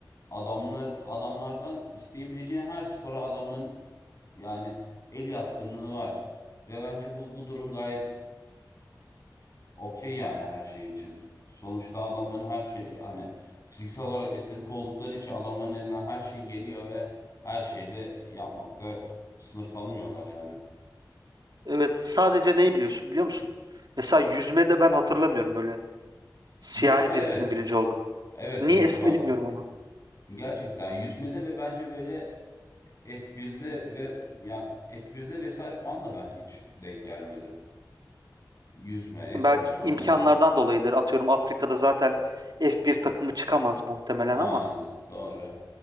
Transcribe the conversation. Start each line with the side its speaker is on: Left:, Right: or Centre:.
Left: adamlar adamlardan isteyebileceğin her spora adamların yani el yatkınlığı var. Ve bence bu bu durum gayet okey yani her şey için. Sonuçta adamların her şey hani fiziksel olarak estetik oldukları için adamların elinden her şey geliyor ve her şeyde yapmakta sınır tanımıyorlar yani.
Right: Evet sadece neyi biliyorsun biliyor musun? Mesela yüzmede ben hatırlamıyorum böyle siyahi
Left: Yüz evet.
Right: birisinin birinci olduğunu.
Left: Evet
Right: Niyesini
Left: yüz, bak
Right: bilmiyorum ama.
Left: gerçekten yüzmede ve bence böyle F1'de ve ya F1'de vesaire falan da ben hiç denk gelmedim. Yüzme, F1
Right: Belki
Left: sonra
Right: imkanlardan
Left: mo-
Right: dolayıdır. Atıyorum Afrika'da zaten F1 takımı çıkamaz muhtemelen
Left: aynen
Right: ama
Left: doğru.